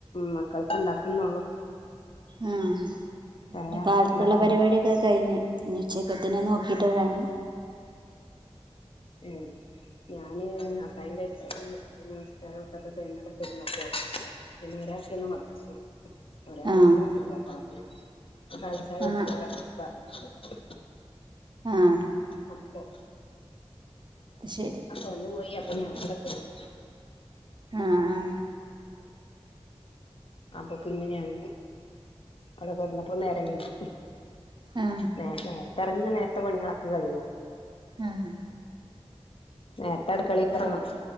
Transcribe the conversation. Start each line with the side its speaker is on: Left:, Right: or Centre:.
Left: മക്കൾക്ക് ഉണ്ടാക്കുന്നൊള്ളു
Right: ഏഹ്
Left: ചായ
Right: ഇവിടെ കാലത്തുള്ള
Left: ഉണ്ടാക്കാൻ
Right: പരിപാടിയൊക്കെ കഴിഞ്ഞു ഇഞ് ഉച്ചക്കത്തിന് നോക്കീറ്റ് വേണം
Left: ഏഹ് ഞാന് അത്തായം കഴിച്ചിട്ട് നിസ്ക്കാരം ഓത്തൊക്കെ കഴിഞ് അവിടെ കെടന്നക്ക പിന്നെ ഒരാക്കെ ഇന്ന് മദ്രസൊള്ളു ഒരാക്ക്
Right: ആ
Left: മദ്രസില്ല ഇല്ലാ അപ്പങ്ങനെ കാലി ചായ കൊടുത്ത്ങ്ങാണ്ട്
Right: ആ
Left: അങ്ങനേണ് പറഞ്ഞയച്ചു
Right: ആഹ്
Left: അപ്പൊ
Right: അത് ശെരി
Left: ഓനും പോയി അപ്പൊ ഞാനവിടെ കെടന്നു.
Right: ആഹ് ആഹ്
Left: അപ്പൊ പിന്നെ ഞാന് അവിടെ കെടന്നപ്പളും നേരം വെയ്കി
Right: ആ
Left: നേ നേരത്തെ എറങ്ങി നേരത്തെ പണിയാളൊക്കെ കഴിയും
Right: ആഹ്
Left: നേർത്തെ അടുകളീക്ക് എറങ്ങണം